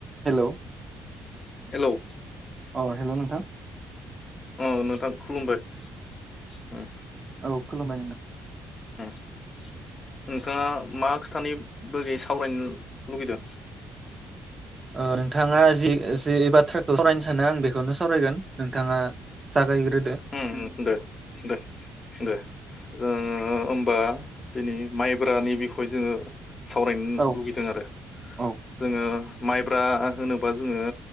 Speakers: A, on the right (about 30°); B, on the left (about 35°).
A: हेल'
B: hello
A: अ हेल' नोंथां
B: अ नोंथां खुलुमबाय। उम
A: औ खुलुमबाय नोंथां।
B: उम नोंथाङा मा खोथानि बागै सावरायनो लुबैदों?
A: ओ नोंथाङा जि जि एबा ट्राक सावरायनो सानो आं बेखौनो सावरायगोन नोंथाङा जागायग्रो
B: हो उम उम दे दे दे जोङो होमबा दिनै माइब्रानि बिखय जोङो सावरायनो
A: औ
B: लुगैदों आरो
A: औ
B: जोङो माइब्रा होनोबा जोङो